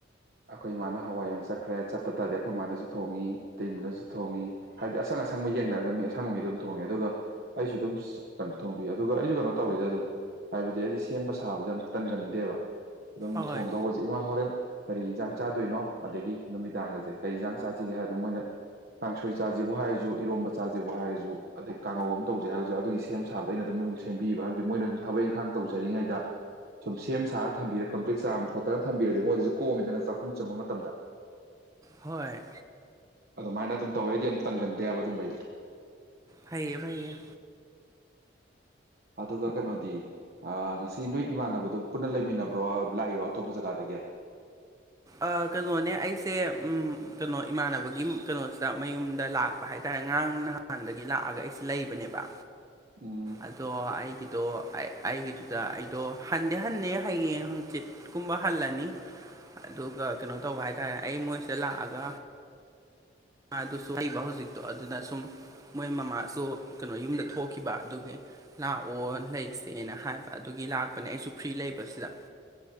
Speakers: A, on the right; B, on the right.
A: ꯑꯈꯣꯏ ꯃꯥꯅ ꯍꯋꯥꯏ ꯌꯣꯟ ꯆꯠꯈ꯭ꯔꯦ ꯆꯠꯇ ꯇꯥꯗꯤ ꯑꯩꯈꯣꯏ ꯃꯥꯅꯁꯨ ꯊꯣꯡꯉꯤ ꯏꯇꯩꯃꯅꯁꯨ ꯊꯣꯡꯉꯤ ꯍꯥꯏꯗꯤ ꯑꯁꯪ ꯑꯁꯪꯕ ꯌꯦꯡꯅꯔꯒ ꯃꯤ ꯑꯁꯪꯕ ꯃꯤꯗꯨꯝ ꯊꯣꯡꯉꯦ ꯑꯗꯨꯒ ꯑꯩꯁꯨ ꯑꯗꯨꯝ ꯁ ꯀꯟ ꯊꯣꯡꯕꯤ ꯑꯗꯨꯒ ꯑꯩꯖꯨ ꯀꯩꯅꯣ ꯇꯧꯋꯤꯗ ꯑꯗꯨꯝ ꯍꯥꯏꯕꯗꯤ ꯑꯩꯗꯤ ꯁꯦꯝꯕ ꯁ ꯁꯥꯕꯖꯦ ꯌꯥꯝ ꯇꯟꯒꯟꯗꯦꯕ ꯑꯗꯨꯝ
B: ꯑꯍꯣꯏ
A: ꯊꯣꯡꯗꯧꯕ ꯇꯤ ꯏꯃꯥ ꯍꯣꯔꯦꯟ ꯀꯔꯤ ꯏꯟꯖꯥꯡ ꯆꯥꯗꯣꯏꯅꯣ ꯑꯗꯒꯤ ꯅꯨꯃꯤꯗꯥꯡꯒꯖꯦ ꯀꯔꯤ ꯏꯟꯖꯥꯡ ꯆꯥꯖꯤꯒꯦ ꯍꯥꯏꯗ ꯃꯣꯏꯅ ꯀꯥꯡꯁꯣꯏ ꯆꯥꯖꯤꯕꯨ ꯍꯥꯏꯔꯖꯨ ꯏꯔꯣꯝꯕ ꯆꯥꯖꯤꯕꯨ ꯍꯥꯏꯔꯖꯨ ꯑꯗꯩ ꯀꯥꯡꯉꯧ ꯑꯝ ꯇꯧꯖꯦ ꯍꯥꯏꯕꯖꯨ ꯑꯗꯨꯒꯤ ꯁꯦꯝ ꯁꯥꯕꯗꯣ ꯑꯩꯅ ꯑꯗꯨꯝ ꯃꯗꯨꯝ ꯁꯦꯝꯕꯤꯕ ꯍꯥꯏꯕꯗꯤ ꯃꯣꯏꯅ ꯑꯗꯨꯝ ꯊꯕꯛ ꯏꯪꯈꯥꯡ ꯇꯧꯖꯔꯤꯉꯩꯗ ꯁꯨꯝ ꯁꯦꯝ ꯁꯥꯔ ꯊꯝꯕꯤꯔ ꯀꯝꯄ꯭ꯂꯤꯠ ꯆꯥꯝ ꯈꯣꯠꯇꯅ ꯊꯝꯕꯤꯔꯗꯤ ꯃꯣꯏꯗꯖꯨ ꯀꯣꯝꯃꯤꯗꯅ ꯆꯥꯛꯈꯨꯝ ꯆꯪꯕ ꯃꯇꯝꯗ <inaudible>
B: ꯍꯣꯏ
A: ꯑꯗꯣꯃꯥꯏꯅ ꯑꯗꯨꯝ ꯇꯧꯋꯦ ꯑꯩꯗꯤ ꯌꯥꯝ ꯇꯟꯒꯟꯗꯦ ꯍꯥꯏꯕ ꯑꯗꯨꯝꯕꯩꯗꯤ
B: ꯐꯩꯌꯦ ꯐꯩꯌꯦ
A: ꯑꯗꯨꯒ ꯀꯩꯅꯣꯗꯤ ꯑꯥ ꯉꯁꯤ ꯅꯣꯏ ꯏꯃꯥꯟꯅꯕꯗꯣ ꯄꯨꯟꯅ ꯂꯩꯃꯤꯟꯅꯕ꯭ꯔꯣ ꯂꯥꯏꯔꯣ ꯑꯇꯣꯞꯄ ꯖꯒꯥꯗꯒꯤ
B: ꯑꯥ ꯀꯩꯅꯣꯅꯦ ꯑꯩꯁꯦ ꯎꯝ ꯀꯩꯅꯣ ꯏꯃꯥꯟꯅꯕꯒꯤ ꯀꯩꯅꯣꯁꯤꯗ ꯃꯌꯨꯝꯗ ꯂꯥꯛ ꯄꯥ ꯍꯥꯏꯇꯥꯔꯦ ꯉꯔꯥꯡ ꯅꯍꯥꯟꯗꯒꯤ ꯂꯥꯑꯥꯒ ꯑꯩꯁꯦ ꯂꯩꯕꯅꯦꯕ
A: ꯎꯝ
B: ꯑꯗꯣ ꯑꯩꯒꯤꯗꯣ ꯑꯩ ꯑꯩꯒꯤꯗꯨꯗ ꯑꯩꯗꯣ ꯍꯟꯗꯤ ꯍꯟꯅꯤ ꯍꯌꯦꯡ ꯍꯪꯆꯤꯠ ꯀꯨꯝꯕ ꯍꯜꯂꯅꯤ ꯑꯗꯨꯒ ꯀꯩꯅꯣ ꯇꯧꯕ ꯍꯥꯏꯇꯥꯔꯦ ꯑꯩ ꯃꯣꯏꯁꯤꯗ ꯂꯥꯛꯑꯒ ꯃꯥꯗꯨꯁꯨ ꯍꯩꯕ ꯍꯨꯖꯤꯛꯇꯣ ꯑꯗꯨꯅ ꯁꯨꯝ ꯃꯣꯏ ꯃꯃꯥꯁꯨ ꯀꯩꯅꯣ ꯌꯨꯝꯗ ꯊꯣꯛꯈꯤꯕ ꯑꯗꯨꯒꯤ ꯂꯥꯑꯣ ꯂꯩꯁꯦꯅ ꯍꯥꯏꯕ ꯑꯗꯨꯒꯤ ꯂꯥꯛꯄꯅꯦ ꯑꯩꯁꯨ ꯐ꯭ꯔꯤ ꯂꯩꯕꯁꯤꯗ